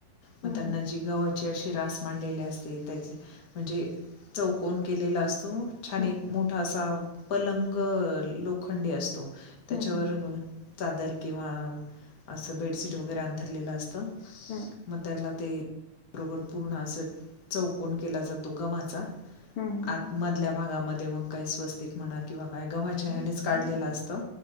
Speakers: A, on the left (about 70°); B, on the left (about 40°).
A: हम्म
B: मग त्यांना जी गावाची अशी रास मांडलेली असते त्या म्हणजे चौक कोण केलेला असतो छान
A: हम्म
B: एक मोठा असा पलंग लोखंडी असतो. त्याच्यावर
A: हम्म हम्म
B: चादर किंवा असं बेडशीट वगैरे अंथरलेलं असतं.
A: हम्म
B: मगं त्यातला ते बरोबर पूर्ण असं चौकन केला जातो गव्हाचा
A: हम्म हम्म
B: आत मधल्या भागामध्ये मग काही स्वस्तिक म्हणा किंवा काय गव्हाच्या हेनेच काढलेलं असतं.